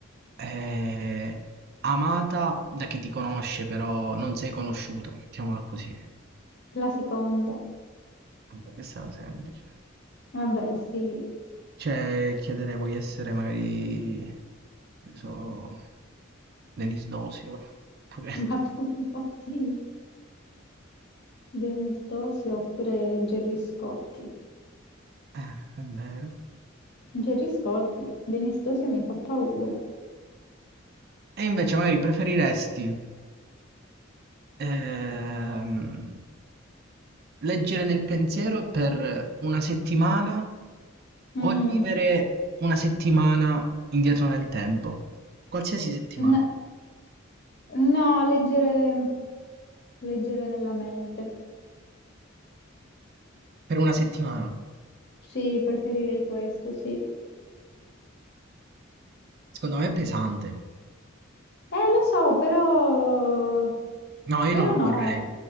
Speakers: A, on the right; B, on the left.
A: eh, amata da chi ti conosce però non sei conosciuta? Mettiamola così.
B: La seconda.
A: Vabbè, Questa è semplice.
B: Vabbè, sì.
A: Cioè, chiedere vuoi essere magari, che ne so, Denis Dosio, oppure...
B: Ma tu, <laughs> oddio. Denis Dosio <laughs> oppure Gerry Scotti.
A: Eh, <laughs> è vero.
B: Gerry Scotti. Denis Dosio mi fa paura.
A: E invece magari preferiresti ehm, leggere nel pensiero per una settimana
B: Mm.
A: o vivere una settimana indietro nel tempo? Qualsiasi settimana,
B: N- no, leggere, leggere nella mente.
A: per una settimana.
B: Sì, preferirei questo, sì.
A: Secondo me è pesante.
B: Eh, lo so, però...
A: No, io
B: però
A: non lo
B: no,
A: vorrei.